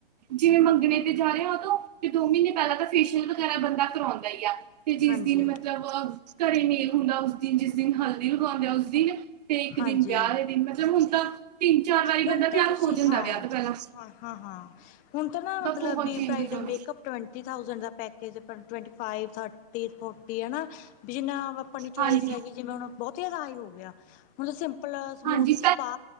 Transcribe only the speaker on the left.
ਹਾਂਜੀ
ਹਾਂਜੀ
ਹੁਣ
ਤਾਂ ਤੁਸੀਂ
ਹਾਂ
ਹਾਂ ਹਾਂ, ਹੁਨ ਤਾਂ ਨਾ ਮਤਲਬ
ਬੀ
ਬਰਾਈਡਲ
ਮੇਕਅੱਪ
ਟਵਨ ਟੀ ਥਾਊਜੇਂਡ ਦਾ package, twenty five, thirty, forty ਹਨਾ ਬੀ ਜਿਨਾਂ ਅਪਨੀ ਚੁਆਇਸ
ਹੈਗੀ ਜਿਵੇਂ ਹੁਣ ਬੋਤ ਜਾਦਾ ਹਾਈ ਹੋ ਗਯਾ। ਹੁਣ ਤਾਂ ਸਿੰਪਲ ਸਮੂਥ
ਸਪਾ